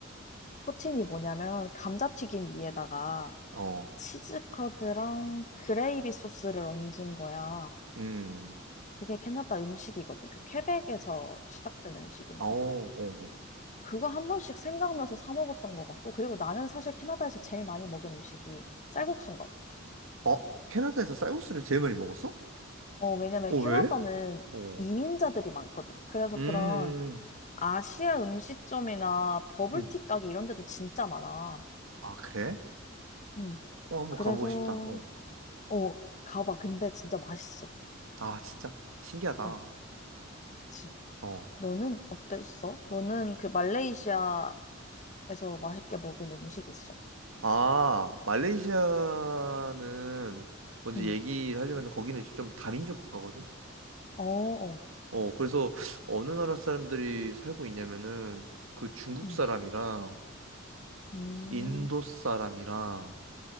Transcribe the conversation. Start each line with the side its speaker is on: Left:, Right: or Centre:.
Left: 포틴이 뭐냐면 감자튀김 위에다가
Right: 어,
Left: 치즈커드랑 그레이비 소스를 얹은 거야.
Right: 음,
Left: 그게 캐나다 음식이거든. 그 퀘벡에서 시작된 음식인데
Right: 어, 어.
Left: 그거 한 번씩 생각나서 사 먹었던 것 같고 그리고 나는 사실 캐나다에서 제일 많이 먹은 음식이 쌀국수인 것 같아.
Right: 어, 어, 캐나다에서 쌀국수를 제일 많이 먹었어?
Left: 어, 왜냐면
Right: 어,
Left: 캐나다는
Right: 왜? 어,
Left: 이민자들이 많거든. 그래서
Right: 음,
Left: 그런
Right: 음.
Left: 아시아 음식점이나 버블티
Right: 음.
Left: 가게 이런 데도 진짜 많아.
Right: 아, 그래?
Left: 음.
Right: 어, 한번
Left: 그래서
Right: 가보고 싶다. 어.
Left: 어, 가봐. 근데 진짜 맛있어.
Right: 아, 진짜? 신기하다.
Left: 어, 그치.
Right: 어.
Left: 너는 어땠어? 너는 그 말레이시아에서 맛있게 먹은 음식 있어?
Right: 아, 말레이시아는 먼저
Left: 응.
Right: 얘기를 하려면 거기는 좀 다민족 국가거든?
Left: 어, 어.
Right: 어, 그래서 어느 나라 사람들이 살고 있냐면은 그 중국
Left: 응.
Right: 사람이랑
Left: 음,
Right: 인도 사람이랑